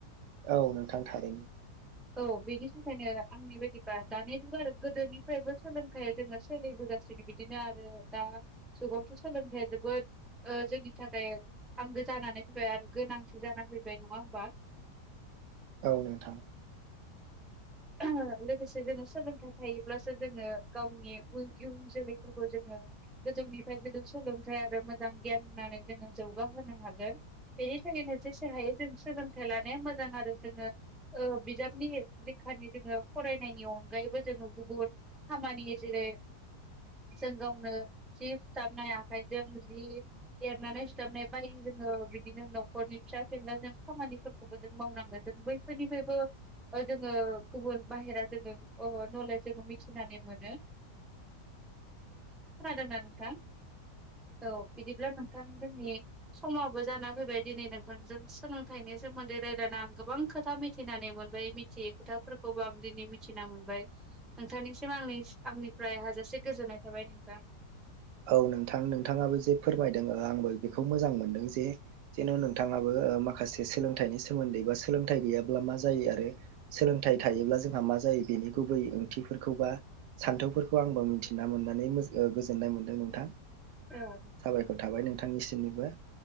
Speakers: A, on the right (about 85°); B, in the centre.
A: औ नोंथां थारैनो।
B: औ बिनि थाखायनो आंनि बायदिबा दानि जुगाव आरो गोदोनिफ्रायबो सोलोंथाइ जोङो सोलिबोगासिनो बिदिनो आरो दा जुगावथ' सोलोंथाइया जोबोर जोबोद जोंनि थाखाय आंगो जानानै फैबाय आरो गोनांथि जानानै फैबाय नङा होमबा? ए।
A: औ नोंथां।
B: लोगोसे जों सोलोंथाय। थायोब्लासो जोङो गावनि इयुन जोलैफोरखौ जोङो गोजौनिफ्राय गोजौ सोलोंथाय आरो मोजां गियान होननानै जोङो जौगाहोनो हागोन। बेनि थाखायनो जेसे हायो जों सोलोंथाइ लानाया मोजां आरो जोङो बिजाबनि बेखनो जोङो फरायनायनि अनगायैबो जोङो गुबुन खामानि जेरै जों गावनो जि सुथाबनाय आखाइजों, जि दरनानै सुथाबनाय बायदि जोङो बिदिनो न'खरनि फिसा फेनला जों खामानिफोरखौबो जों मावनांगोन जों बैफोरनिफ्रायबो ओ जोङो गुबुन बाहेरा जोङो अ नलेज जोङो मिथिनानै मोनो। खोनादों ना नोंथां? औ बिदिब्ला नोंथां जोंनि समाबो जाना फैबाय दिनै नोंखौ जों सोलोंथाइनि सोमोन्दै रायज्लायना आं गोबां खोथा मिथिनानै मोनबाय मिथियै खोथाफोरखौबो आं दिनै मिथिना मोनबाय। नोंथांनिसिम आंनि आंनिफ्राय हाजासे गोजोननाय थाबाय नोंथां।
A: औ नोंथां नोंथाङाबो जे फोरमायदों। आंबो बेखौ मोजां मोनदों जे जेन' नोंथाङाबो माखासे सोलोंथाइनि सोमोन्दै बा सोलोंथाइ गैयाब्ला मा जायो आरो सोलोंथाइ थायोब्ला जोंहा मा जायो बेनि गुबै ओंथिफोरखौबा सान्थौफोरखौ आंबो मिथिना मोननानै मो- ओ गोजोननाय मोनदों नोंथां।
B: औ
A: साबायखर थाबाय नोंथांनिसिमनिबो।